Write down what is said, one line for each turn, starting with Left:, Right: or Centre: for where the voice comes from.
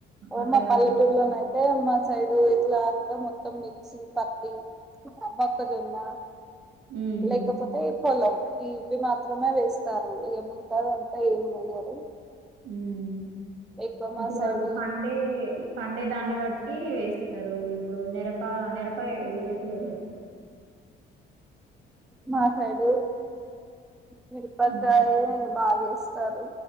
Centre: ఓ
Right: అతను
Centre: మా పల్లెటూరులోన అయితే మా సైడు ఇట్లా అ మొత్తం మిర్చి పత్తి మక్కజొన్న
Right: ఉమ్
Centre: లేకపోతే పొలం ఇవి మాత్రమే వేస్తారు ఈ మిగతా అంతా ఏమి వేయ్యరు
Right: ఉమ్
Centre: ఇంకా మా
Right: ఇప్పుడు
Centre: సైడ్
Right: అవి పండే పండే దాన్ని బట్టి వేస్తారు ఇప్పుడు నెరప నెరప ఎట్లేరు
Centre: మాసైడు విరుపకాయ
Right: ఉమ్,
Centre: బాగాస్తారు